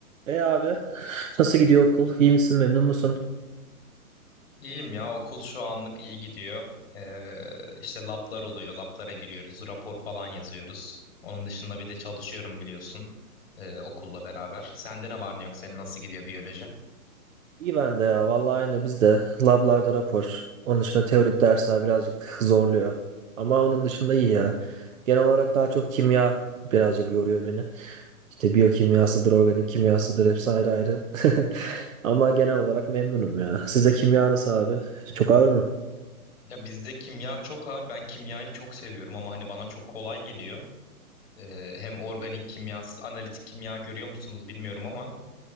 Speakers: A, on the right (about 60°); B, on the left (about 40°).
A: E abi nasıl gidiyor okul? İyi misin, memnun musun?
B: İyiyim ya okul şu anlık iyi gidiyor. Ee, işte lablar oluyor. Lablara giriyoruz. Rapor falan yazıyoruz. Onun dışında bir de çalışıyorum biliyorsun. ee, okulla beraber. Sende ne var ne yok? Senin nasıl gidiyor biyoloji?
A: İyi ben de ya. Vallahi aynı biz de. Lablarda rapor. Onun dışında teorik dersler birazcık zorluyor. Ama onun dışında iyi ya. Genel olarak daha çok kimya birazcık yoruyor beni. İşte biyokimyasıdır, organik kimyasıdır hepsi ayrı ayrı. <laughs> Ama genel olarak memnunum ya. Size kimya nasıl abi? Çok ağır mı?
B: Ya bizde kimya çok ağır. Ben kimyayı çok seviyorum ama hani bana çok kolay geliyor. Ee, hem organik kimya, siz analitik kimya görüyor musunuz bilmiyorum ama